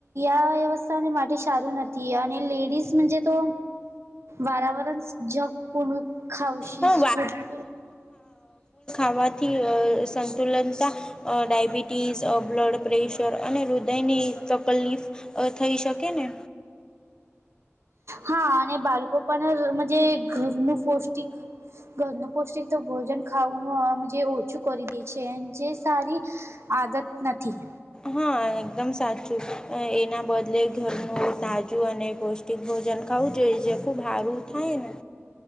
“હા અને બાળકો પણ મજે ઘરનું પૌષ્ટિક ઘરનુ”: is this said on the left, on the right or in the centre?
Right